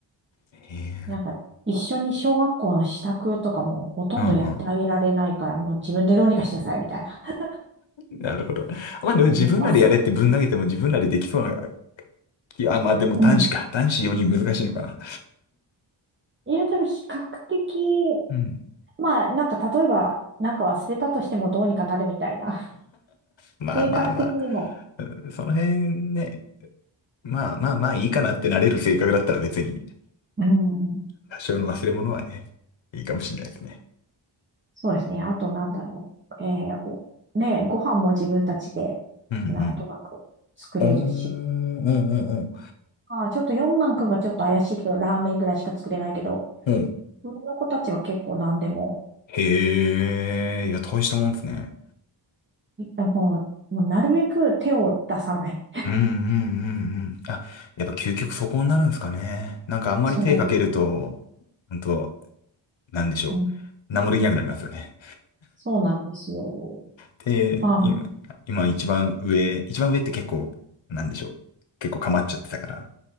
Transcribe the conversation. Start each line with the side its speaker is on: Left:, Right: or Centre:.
Left: へえ。
Right: なんか、一緒に小学校の支度とかもほとんどやってあげられないから、
Left: うんうん。
Right: もう自分でどうにかしなさい、みたいな。
Left: なるほど。まあでも自分らでやれってぶん投げても自分らでできそうな
Right: うん、忘れ、
Left: いや、まあでも男子か。
Right: うん。
Left: 男子4人難しいのかな。
Right: いや、でも比較的、
Left: うん。
Right: まあ、なんか、例えば、なんか忘れたとしてもどうにかなるみたいな。<laughs>
Left: まあまあまあ、
Right: 性格的にも。
Left: うんその辺ね、まあまあまあいいかなってなれる性格だったら別に、
Right: うん、うん
Left: 多少の忘れ物はね、いいかもしれないですね。
Right: そうですね。あと、なんだろう。えーおね、ご飯も自分たちで、
Left: うん
Right: なんとなく作れるし。
Left: うん。おー、うんうんうん。
Right: ああ、ちょっと四男くんがちょっと怪しいけど、ラーメンぐらいしか作れないけど、
Left: お、うん。
Right: 上の子たちは結構何でも、
Left: へえ、いや、大したもんですね。
Right: いあもう、もうなるべく手を出さない。
Left: うんうんうんうん。あ、やっぱ究極そこになるんですかね。なんかあんまり手かけると、
Right: そ
Left: 本当なんでしょう。
Right: う。うん
Left: 何もできなくなりますよね。
Right: そうなんですよ。
Left: で、
Right: ま
Left: 今、今一番上、一番上って結構、なんでしょう。結構構っちゃってたから、